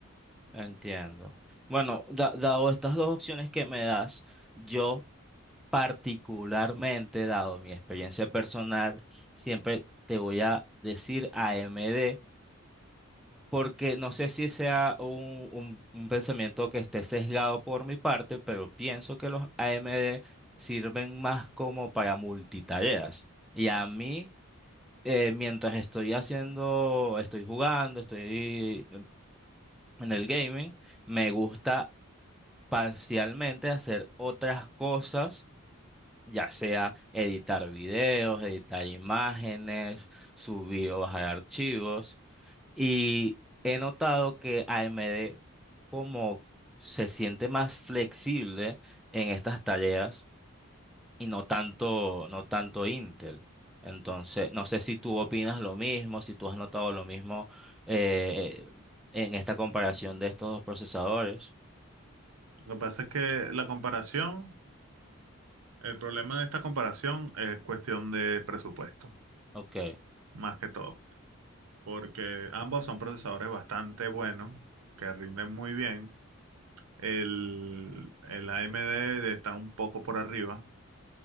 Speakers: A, in the centre; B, on the right.
A: Entiendo. Bueno, da- dado estas dos opciones que me das, yo particularmente, dado mi experiencia personal, siempre te voy a decir AMD, porque no sé si sea un, un- un pensamiento que esté sesgado por mi parte, pero pienso que los AMD sirven más como para multitareas. Y a mí, eh, mientras estoy haciendo, estoy jugando, estoy en el gaming, me gusta parcialmente hacer otras cosas, ya sea editar videos, editar imágenes, subir o bajar archivos. Y he notado que AMD como se siente más flexible en estas tareas y no tanto, no tanto Intel. Entonces, no sé si tú opinas lo mismo, si tú has notado lo mismo eh, en esta comparación de estos dos procesadores.
B: Lo que pasa es que la comparación, el problema de esta comparación es cuestión de presupuesto,
A: Ok,
B: más que todo, porque ambos son procesadores bastante buenos, que rinden muy bien. El, el AMD está un poco por arriba,